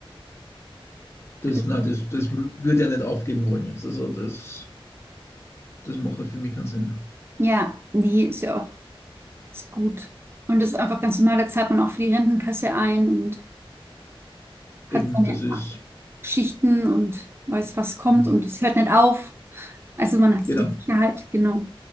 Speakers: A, on the left; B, on the right.
A: das,
B: Das,
A: nein, das, das wü- würde ich ja nicht aufgeben wollen jetzt. Also das, das macht halt für mich keinen Sinn.
B: ja, nee, ist ja auch ist gut. Und das ist einfach ganz normal, da zahlt man auch für die Rentenkasse ein und hat
A: Eben,
B: seine
A: das ist.
B: Schichten und weiß, was kommt
A: hm,
B: und es hört nicht auf. Also man hat
A: Genau.
B: so die Sicherheit, genau.